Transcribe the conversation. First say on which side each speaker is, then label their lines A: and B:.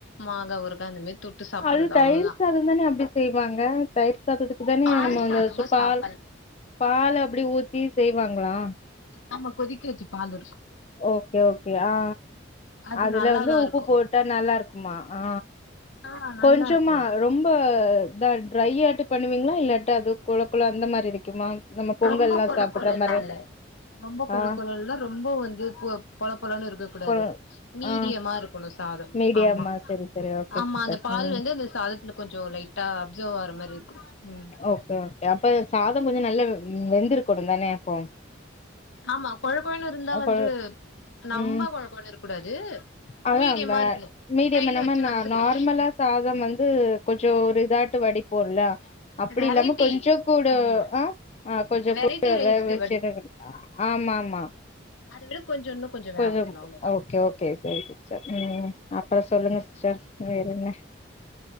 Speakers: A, on the left; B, on the left.
A: மாங்கா ஊறுகா அந்த மாரி தொட்டு சாப்புட்றது
B: அது தயிர்
A: அவ்ளோதா
B: சாதம் தானே அப்டி செய்வாங்க தயிர் சாதத்துக்கு தானே
A: பால்
B: நம்ம வந்
A: சாதமு
B: பால்
A: சாப்பல்
B: பால் அப்டி ஊத்தி செய் வாங்ளா
A: ஆமா கொதிக்கவச்ச பாலு
B: ஓகே ஓகே ஆ
A: அது
B: அதுல
A: நல்லாதா
B: வந்து உப்பு
A: இருக்கு
B: போட்டா நல்லா இருக்குமா ஆ
A: ஆ நல்லா
B: கொஞ்சமா
A: இருக்கு
B: ரொம்ப த ட்ற ட்ரையாட்டு பண்ணுவீங்களா இல்லாட்ட அது குழ குழ அந்த மாரி இருக்குமா நம்ம பொங்கல்லா
A: ரொம்ப கொல
B: சாப்புட்ற
A: கொலனு
B: மாரி
A: இல்ல ரொம்ப குள
B: ஆ
A: குளனு இல்ல ரொம்ப வந்து பொலப்பலன்னனு இருக்க கூடாது
B: கொ
A: மீடியமா
B: ஆ
A: இருக்கணு சாதம்
B: மீடியமா
A: ஆமா
B: செரி செரி ஓகே
A: ஆமா
B: சிஸ்டர்
A: அந்த பால்
B: ம்
A: வந்து அந்த சாதத்துல கொஞ்ச லைட்டா அப்சர்வ் ஆகுற மாரி இருக்கணு ம்
B: ஓகே ஓகே அப்ப சாதம் கொஞ்சம் நல்ல ம் வெந்திருகனு தானே அப்போ
A: ஆமா கொல கொலன்னு இருந்தா
B: அப்ப
A: வந்து நம்ப
B: ம்
A: கொல கொலன்னு இருக்க கூடாது
B: அதா
A: மீடியமா
B: இந்த
A: இருக்கணு
B: மீடியம்னா
A: கையில
B: நம்ம
A: வச்சு
B: நா
A: நசுக்கணு
B: நார்மலா சாதம் வந்து கொஞ்சோ ஒரு இதாட்ட வடிப் போல்ல அப்படி
A: வெரைட்டி
B: இல்லாம கொஞ்சோ கூட
A: ஆமா
B: ஆ ஆ கொஞ்சோ
A: வெரைட்டி
B: கூட
A: ரைஸ்க்கு
B: வேக வெச்சு எடுக்கணு ஆமா ஆமா
A: அது விட கொஞ்சோ இன்னு கொஞ்சோ
B: கொஞ்ச
A: வேக வைக்கணு அவ்ளோதா
B: ஓகே ஓகே செரி சிஸ்டர் ம் அப்புற சொல்லுங்க சிஸ்டர் வேறன்ன